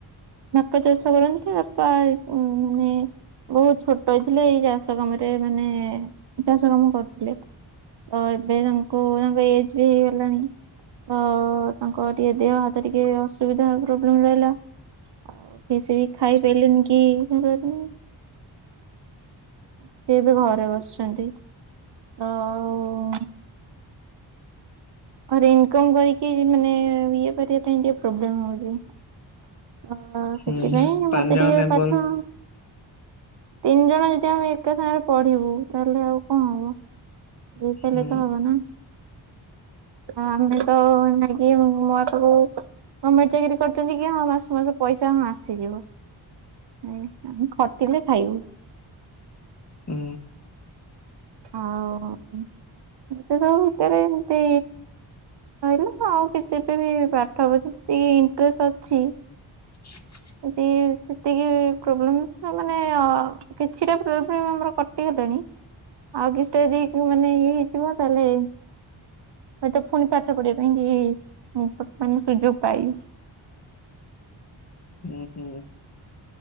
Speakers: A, on the right; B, on the left.
A: ବାପା ଚାଷ କରନ୍ତି। ବାପା ମାନେ ବୋହୁତ ଛୋଟ ହେଇଥିଲେ ଏଇ ଚାଷ କାମରେ ମାନେ ଚାଷ କାମ କରୁଥିଲେ। ତ ଏବେ ତାଙ୍କୁ ତାଙ୍କ ଏଜ ବି ହେଇଗଲାଣି। ତ ତାଙ୍କ ଟିକେ ଦେହ ହାତ ଟିକେ ଅସୁବିଧା ପ୍ରୋବ୍ଲେମ ରହିଲା ଆଉ ଠିକ ସେ ବି ଖାଇପାଇଲେନି କି ସେ <unintelligible> ସିଏ ବି ଘରେ ବସିଛନ୍ତି ତ ଆଉ ଘରେ ଇନକମ କରିକି ମାନେ ଇଏ କରିବା ପାଇଁ ଟିକେ ପ୍ରୋବ୍ଲେମ ହଉଛି। ତ ସେଥିପାଇଁ
B: ହୁଁ
A: ମତେ
B: ପାଞ୍ଚ ଜଣ
A: ଟିକେ
B: ମେମ୍ବର
A: ପାଠ ତିନି ଜଣ ଯଦି ଆମେ ଏକା ସାଙ୍ଗରେ ପଢିବୁ ତାହେଲେ ଆଉ କଣ ହବ। ଦେଇ ପାଇଲେ
B: ହୁଁ
A: ତ ହବ ନା। ଆମେ ତ ନାଇକି ମୋ ପାଖକୁ ଗମେଣ୍ଟ ଚାକିରି କରିୁଛନ୍ତି କି ହଁ ମାସ ମାସ କୁ ମାସ ପଇସା ହଁ ଆସିଯିବ ନାଇ ଆମେ ଖଟିଲେ ଖାଇବୁ।
B: ହୁଁ।
A: ହଉ ଏତେ ସବୁ ଭିତରେ ଏମିତି କହିଲ ଆଉ କିଛି ବି ବି ପାଠ <unintelligible> ଯେତିକି ଇଣ୍ଟରେଷ୍ଟ ଅଛି
B: <inaudible>
A: ଏତୀ ସେତିକି ପ୍ରୋବ୍ଲେମ ମାନେ ଆ କିଛିଟା ପ୍ରୋବଲେମ୍ ଆମର କଟିଗଲାଣି। ଆଉ କିଛିଟା ଯଦି ମାନେ ଇଏ ହେଇଯିବ ତାହେଲେ ହୁଏତ ପୁଣି ପାଠ ପଢିବା ପାଇଁ କି ମାନେ ସୁଯୋଗ ପାଇବି।
B: ଉଁ ହୁଁ।